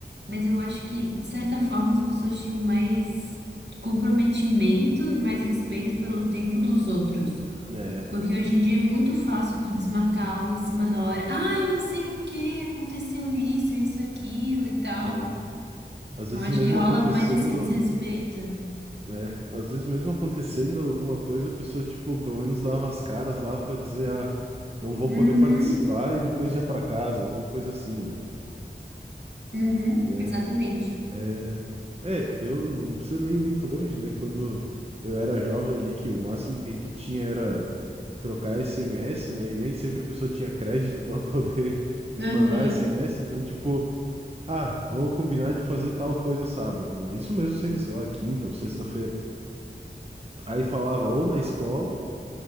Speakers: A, on the right (about 65°); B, on the right (about 30°).
A: mas eu acho que, de certa forma, as pessoas tinham mais comprometimento e mais respeito pelo tempo dos outros.
B: É.
A: Porque hoje em dia é muito fácil tu desmarcar algo em cima da hora. Ai, não sei o que, aconteceu isso, isso, aquilo e tal.
B: É. Às
A: Então
B: vezes
A: acho
B: mesmo
A: que rola
B: acontecendo.
A: mais esse desrespeito.
B: É, às vezes mesmo acontecendo alguma coisa, a pessoa, tipo, pelo menos dava as caras lá pra dizer, ah, não vou
A: Uhum,
B: poder participar e depois ia pra casa, alguma coisa assim, né?
A: uhum,
B: Né?
A: exatamente.
B: É, é, eu não preciso nem ir muito longe, né? Quando eu era jovem ali, que o máximo que a gente tinha era trocar SMS, né? E nem sempre a pessoa tinha crédito para <laughs> poder mandar
A: Aham,
B: SMS, então, tipo, ah, vamos combinar de fazer tal coisa sábado, né? Isso mesmo sendo, sei lá, quinta ou sexta-feira. Aí falava ou na escola